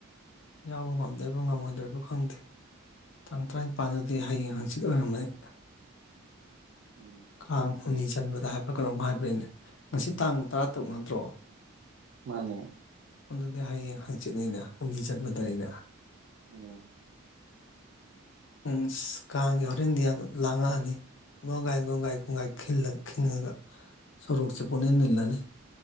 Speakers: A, on the left; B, on the right.
A: ꯌꯥꯎꯕ ꯉꯝꯗꯣꯏꯔꯤꯕ ꯉꯝꯃꯣꯏꯗꯣꯏꯔꯤꯕ ꯈꯪꯗꯦ ꯇꯥꯡ ꯇꯔꯥꯏꯟꯄꯥꯟꯗꯨꯗꯤ ꯍꯌꯦꯡ ꯍꯪꯆꯤꯠ ꯑꯣꯏꯔꯝꯒꯅꯤ
B: ꯎꯝ
A: ꯀꯥꯡ ꯍꯨꯝꯅꯤ ꯆꯟꯕꯗ ꯍꯥꯏꯕ꯭ꯔ ꯀꯩꯅꯣꯝ ꯍꯥꯏꯕ꯭ꯔꯤꯅꯦ ꯉꯁꯤ ꯇꯥꯡ ꯇꯔꯥꯇꯔꯨꯛ ꯅꯠꯇ꯭ꯔꯣ
B: ꯃꯥꯅꯦ
A: ꯑꯗꯨꯗꯤ ꯍꯌꯦꯡ ꯍꯪꯆꯤꯠꯅꯤꯅꯦ ꯍꯨꯝꯅꯤ ꯆꯟꯕꯗꯅꯤꯅꯦ
B: ꯎꯝ
A: <unintelligible> ꯀꯥꯡꯒꯤ ꯍꯣꯔꯦꯟꯗꯤ ꯌꯥꯝꯅ ꯂꯥꯡꯉꯛꯑꯅꯤ ꯒꯣꯡꯒꯥꯏ ꯒꯣꯡꯒꯥꯏ ꯒꯣꯡꯒꯥꯏ ꯈꯤꯜꯂꯒ ꯈꯤꯡꯉꯒ ꯁꯣꯔꯣꯛꯁꯦ ꯄꯨꯅꯤꯟ ꯅꯤꯜꯂꯅꯤ